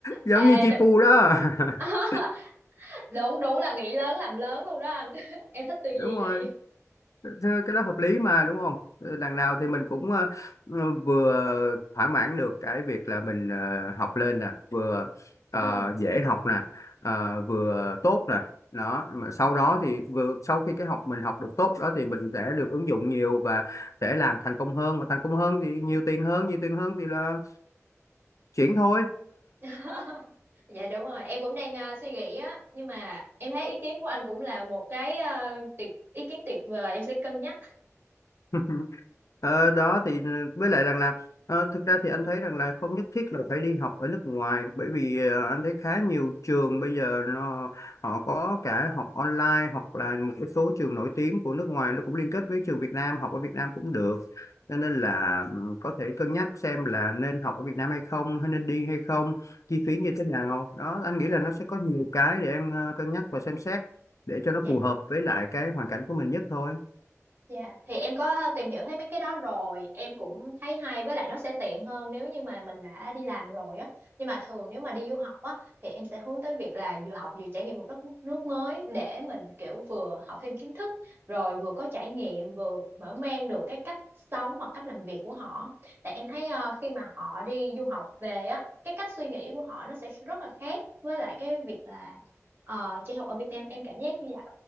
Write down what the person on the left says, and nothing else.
giống
như chi
Pu đó
<laughs>
đúng rồi
Thế cái đó hợp lý mà đúng không? Ờ, Đằng nào thì mình cũng ờ, ờ, vừa thỏa mãn được cái việc là mình ờ, học lên nè, vừa ờ,
dễ học nè, ờ, vừa tốt nè. Đó, mà sau đó thì vừa sau khi cái học mình học được tốt đó thì mình sẽ được ứng dụng nhiều và sẽ làm thành công hơn mà thành công hơn thì nhiều tiền hơn, nhiều tiền hơn thì là chuyển thôi.
<laughs> Ờ, đó thì với lại rằng là ờ, thực ra thì anh thấy rằng là không nhất thiết là phải đi học ở nước ngoài bởi vì ờ, anh thấy khá nhiều trường bây giờ nó họ có cả học online hoặc là một cái số trường nổi tiếng của nước ngoài nó cũng liên kết với trường Việt Nam học ở Việt Nam cũng được cho nên là ừ, có thể cân nhắc xem là nên học ở Việt Nam hay không hay nên đi hay không chi phí như thế nào đó anh nghĩ là nó sẽ có nhiều cái để em ờ, cân nhắc và xem xét để cho nó
phù hợp với lại cái hoàn cảnh của mình nhất thôi